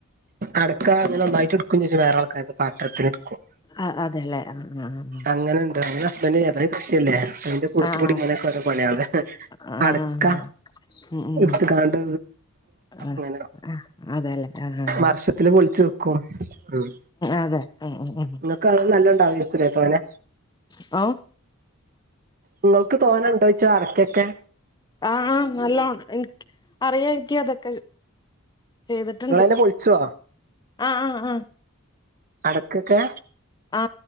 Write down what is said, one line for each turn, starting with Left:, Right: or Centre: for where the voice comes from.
Right: അടക്കാ അങ്ങനെ ഒന്നായിട്ട് ഇട്ക്കും ചെജ്ജും വേറെ ആൾക്കാര്ത് പാട്ടത്തിന് ഇട്ക്കും
Left: അ അതെ ലെ ആ ആ ആ
Right: അങ്ങനെ ഇണ്ട് എന്റെ ഹസ്ബൻ്റിന് ഏതാലും കൃഷിയല്ലേ അയ്ന്റെ കൂട്ടത്തി
Left: ആ
Right: കൂടി
Left: ആ അത്.
Right: ഇങ്ങനെയൊക്കെ ഓരോ പണിയള്
Left: ആ
Right: അടക്ക
Left: ആ ആ. ഉം ഉം
Right: ഇട്ത്ത് കാണ്ട്
Left: ആ
Right: ഇങ്ങനെ
Left: ആ അതെല്ലേ ആ ആ ആ.
Right: വർഷത്തില് പോൾച്ച് ക്കും ഉം
Left: അതെ ഉം ഉം ഉം
Right: ങ്ങക്ക് അത് നല്ലോണ്ടാവേയ്ക്കുലേ തോനെ
Left: ഓ
Right: ഇങ്ങക്ക് തോനണ്ടോയ്ച്ചാ അടക്കെക്കെ
Left: ആ നല്ലോൺ ഇൻക്ക് അറിയാ ഇൻകി അതൊക്കെ ചെയ്തിട്ടുണ്ട്
Right: ഇങ്ങളെന്നെ പൊൾച്ചോ
Left: ആ ആ ആ
Right: അടക്കൊക്കെ
Left: ആ